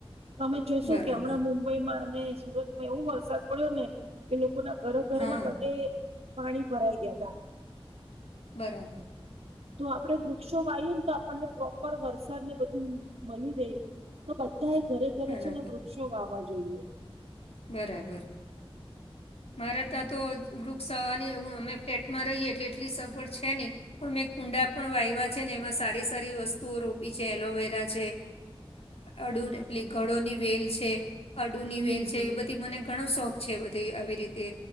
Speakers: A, on the right (about 90°); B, on the left (about 75°).
A: તમે જોશો
B: બરાબર
A: કે હમણાં મુંબઈમાં અને સુરતમાં એવો વરસાદ પડ્યો ને. કે લોકો ના ઘર ઘરમાં
B: હા
A: બધે પાણી ભરાઈ ગયા તા.
B: બરાબર.
A: તો આપડણે વૃક્ષો વાઈએ ને તો આપણને પ્રોપર વરસાદને બધું મળી રહે તો. બધા એ ઘરે ઘરે
B: બરાબર
A: છે ને વૃક્ષો વાવા જોઈએ.
B: બરાબર. મારે ત્યાં તો વૃક્ષ આવવાની હું અમે ફ્લેટમાં રહીએ એટલે એટલી સગવડ છે નહીં. પણ મેં કુંડા પણ વાય્યા છે ને એમાં સારી સારી વસ્તુઓ રોપી છે એલોવેરા છે. અડુ એટલે ગળોની વેલ છે અડુની
A: હમ
B: વેલ
A: હમ.
B: છે. છે એ બધી મને ઘણો શોખ છે બધી આવી રીતે